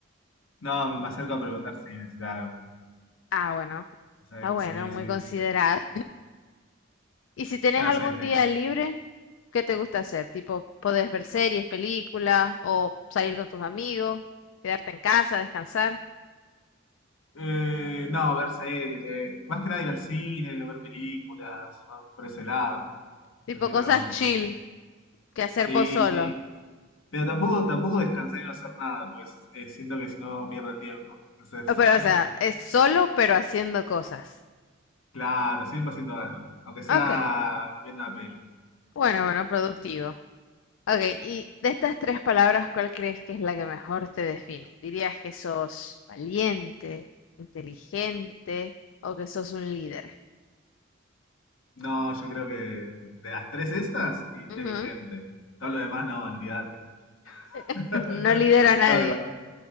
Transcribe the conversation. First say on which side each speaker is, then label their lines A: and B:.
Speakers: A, on the left; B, on the left.
A: no, me me acerco a preguntar si necesitas algo.
B: Ah, bueno,
A: Me acerco,
B: está bueno,
A: Sí,
B: muy
A: sí.
B: considerada. ¿Y si tenés
A: Ya no
B: algún
A: soy Snape.
B: día libre, qué te gusta hacer? Tipo, podés ver series, películas o salir con tus amigos, quedarte en casa, descansar.
A: Eh, no, ver series, eh, más que nada ir al cine, ver películas, más por ese lado.
B: Tipo
A: Prefiero.
B: cosas chill que hacer
A: Sí,
B: vos solo.
A: sí. Pero tampoco, tampoco descansar y no hacer nada, pues eh, siento que si no pierdo el tiempo. Entonces,
B: O, Pero,
A: <laughs>
B: o sea, es solo pero haciendo cosas.
A: claro, siempre haciendo algo. Aunque sea
B: Ok,
A: viendo una peli.
B: bueno, bueno, productivo. Ok, y de estas tres palabras, ¿cuál crees que es la que mejor te define? ¿Dirías que sos valiente, inteligente o que sos un líder?
A: No, yo creo que de las tres esas, inteligente.
B: Ujú,
A: Todo lo demás no, olvídate. <laughs>
B: <laughs> No lidero a nadie.
A: No, de, va-